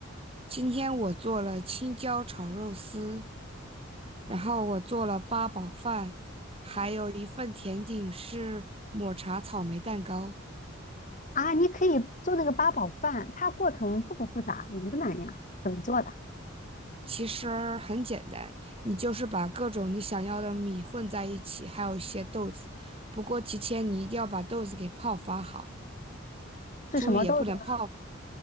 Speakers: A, on the right; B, on the left.
A: 今天我做了青椒炒肉丝，然后我做了八宝饭，还有一份甜点是抹茶草莓蛋糕。
B: 啊，你可以做那个八宝饭，它过程复不复杂，难不难呀？怎么做的？
A: 其实很简单，你就是把各种你想要的米混在一起，还有一些豆子。不过提前你一定要把豆子给泡发好，
B: 是什么豆子呢
A: 注意也不能泡。